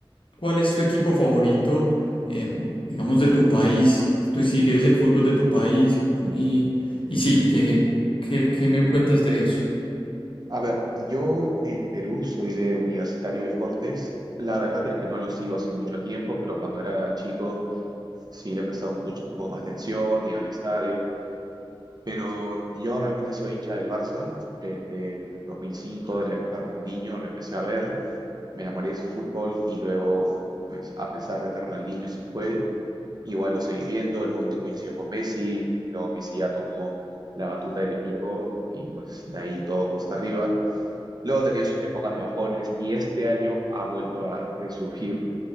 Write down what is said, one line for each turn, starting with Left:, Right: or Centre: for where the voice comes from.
Left: ¿cuál es tu equipo favorito, em, digamos, de tu país? ¿Tú sigues el fútbol de tu país? Y, y sí, ¿qué, qué, qué me cuentas de eso?
Right: A ver, yo en Perú soy de Universitario de Deportes. La verdad es que no lo sigo hace mucho tiempo, pero cuando era chico sí le prestaba un, pucho- un poco más de atención, iba al estadio. Pero yo realmente soy hincha del Barça. Desde el 2005, de la época de Ronaldinho, lo empecé a ver. Me enamoré de su fútbol y luego, pues a pesar de que Ronaldinho se fue, igual lo seguí viendo. En un momento coincidió con Messi, luego Messi ya tomó la batuta del equipo y pues de ahí todo cuesta arriba. Luego ha tenido sus épocas de bajones y este año ha vuelto a resurgir